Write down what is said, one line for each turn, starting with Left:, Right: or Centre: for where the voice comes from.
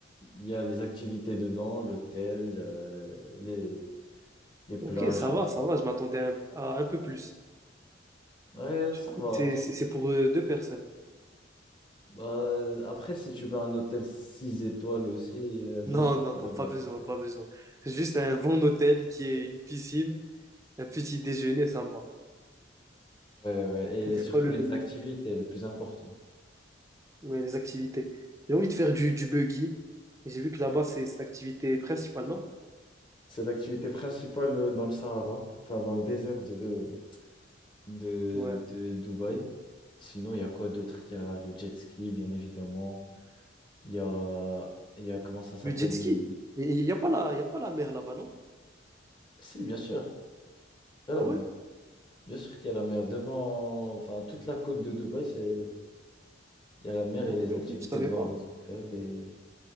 Left: il y a les activités dedans, l'hôtel, euh, les, les plages,
Right: Ok, ça
Left: le
Right: va,
Left: Sahara.
Right: ça va, je m'attendais à, un à un peu plus.
Left: Ouais,
Right: Surtout
Left: ça va.
Right: que c'est
Left: ça
Right: c'est- c'est pour euh, deux personnes.
Left: va. Euh, après, si tu veux un hôtel 6 étoiles aussi, euh, bien
Right: Non,
Left: sûr,
Right: non,
Left: tu devras
Right: non, pas besoin,
Left: payer.
Right: pas besoin. Juste un bon hôtel qui est une piscine, un petit déjeuner, ça me va.
Left: Ouais, ouais,
Right: J'ai
Left: Et surtout
Right: pas le,
Left: les
Right: le-
Left: activités, le plus important.
Right: ouais, les activités. J'ai envie de faire du, du buggy. Et J'ai vu que
Left: Ouais.
Right: là-bas, c'est c'est l'activité principale, non?
Left: C'est l'activité principale euh, dans le Sahara, enfin dans le désert de, de,
Right: Ouais.
Left: de Dubaï. Sinon, il y a quoi d'autre? Il y a le jet ski, bien évidemment. Il y a, il y a comment ça s'appelle
Right: Le jet ski.
Left: une,
Right: Mais il n'y a pas la, il y a pas la mer là-bas, non?
Left: Si, bien sûr, il y a
Right: Ah
Left: la
Right: ouais?
Left: mer. Bien sûr qu'il y a la mer. Devant, enfin, toute la côte de Dubaï, c'est... il y a la mer
Right: Ok,
Left: et les
Right: ok,
Left: activités
Right: je savais
Left: devant
Right: pas.
Left: les hôtels. Et,